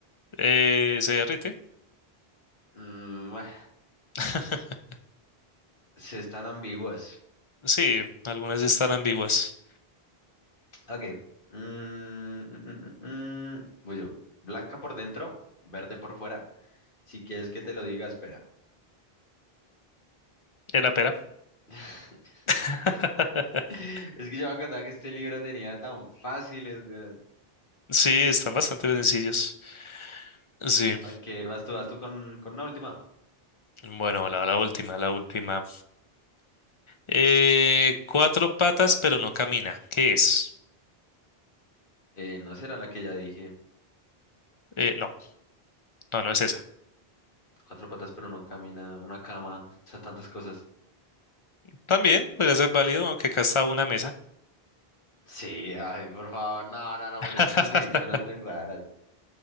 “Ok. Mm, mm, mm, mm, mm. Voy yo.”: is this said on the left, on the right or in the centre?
Left